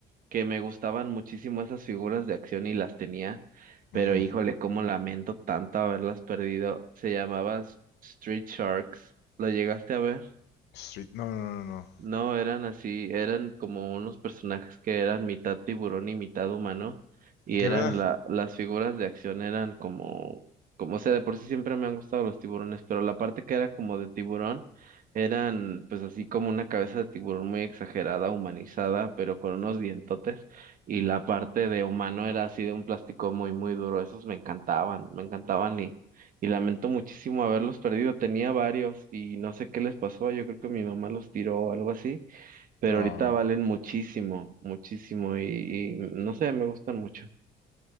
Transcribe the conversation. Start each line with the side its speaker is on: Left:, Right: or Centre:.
Right: que me gustaban muchísimo esas figuras de acción y las tenía, pero
Left: Ujú.
Right: híjole, cómo lamento tanto haberlas perdido. Se llamaba S- Street Sharks, ¿lo llegaste a ver?
Left: Street, no, no, no, no.
Right: No, eran así, eran como unos personajes que eran mitad tiburón y mitad humano, y
Left: ¿De
Right: eran
Left: verdad?
Right: la, las figuras de acción eran como, como, o sea, de por sí siempre me han gustado los tiburones, pero la parte que era como de tiburón, eran pues así como una cabeza de tiburón muy exagerada, humanizada, pero con unos dientotes, y la parte de humano era así de un plástico muy, muy duro, esos me encantaban, me encantaban y lamento muchísimo haberlos perdido. Tenía varios y no sé qué les pasó. Yo creo que mi mamá los tiró o algo así, pero
Left: No.
Right: ahorita valen muchísimo, muchísimo y, y no sé, me gustan mucho.